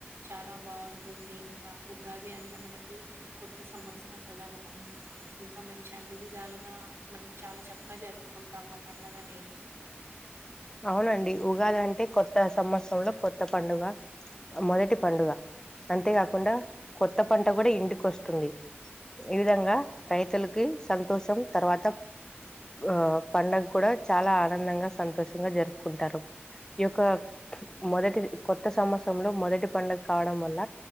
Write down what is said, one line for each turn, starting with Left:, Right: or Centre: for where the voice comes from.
Right: చాలా బాగుంటుంది. ఇంకా ఉగాది అంటే మనకి కొత్త సంవత్సరం కదా. మనం ఇంకా మంచి అన్ని విధాలుగా మనం చాలా చక్కగా జరుపుకుంటాం. ఆ పండగ అనేది.
Left: అవునండి. ఉగాది అంటే కొత్త సంవత్సరంలో కొత్త పండుగ. మొదటి పండుగ. అంతేకాకుండా కొత్త పంట కూడా ఇంటికి వస్తుంది. ఈ విధంగా రైతులకి సంతోషం తర్వాత, ఆ పండగ కూడా చాలా ఆనందంగా సంతోషం జరుపుకుంటారు. ఈయొక్క మొదటి కొత్త సంవత్సరంలో మొదటి పండుగ కావడం వల్ల,